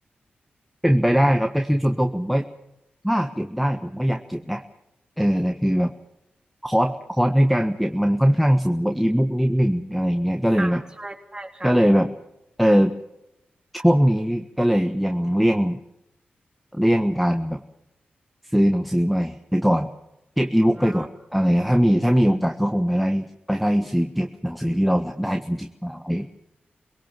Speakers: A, in the centre; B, on the right.
A: เป็นไปได้ครับแต่คือส่วนตัวผมว่าถ้าเก็บได้ผมก็อยากเก็บนะเออแต่คือแบบคอสคอสในการเก็บมันค่อนข้างสูงกว่าอีบุ๊กนิดหนึ่งอะไรเงี้ยก็เลยแบบ
B: อ่าใช่ใช่ค่ะ
A: ก็เลยแบบเออช่วงนี้ก็เลยยังเลี่ยงเลี่ยงการแบบซื้อหนังสือใหม่ไปก่อนเก็บอีบุ๊กไปก่อนอะไรเงี้ยถ้ามีถ้ามีโอกาสก็คงไปไล่ไปไล่ซื้อเก็บหนังสือที่เราอยากได้จริงๆมาไว้
B: อ๋อ